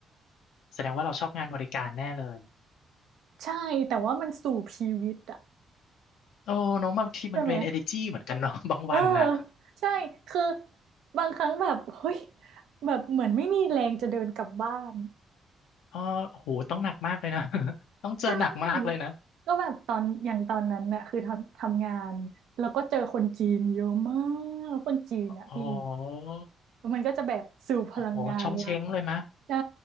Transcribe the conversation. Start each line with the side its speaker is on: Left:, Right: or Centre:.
Left: แสดงว่าเราชอบงานบริการแน่เลย
Right: ใช่แต่ว่ามันสู่ชีวิตอะ
Left: โอ้เน้องบางทีมันเป็น
Right: ใช่ไหม
Left: energy เหมือนกันเนาะ <laughs> บางวันน่ะ
Right: เออใช่คือบางครั้งแบบเฮ้ยแบบเหมือนไม่มีแรงจะเดินกลับบ้าน
Left: เออโอ้โหต้องหนักมากเลยนะ <laughs> ต้องเจอหนักมากเลยนะ
Right: ใช่ก็แบบตอนอย่างตอนนั้นน่ะคือทำทำงานแล้วก็เจอคนจีนเยอะมากคนจีนน่ะพี่
Left: โอ้โห
Right: แล้วมันก็จะแบบสูบพลังงานเรา
Left: อ้โหชงเช้งเลยมะ
Right: ใช่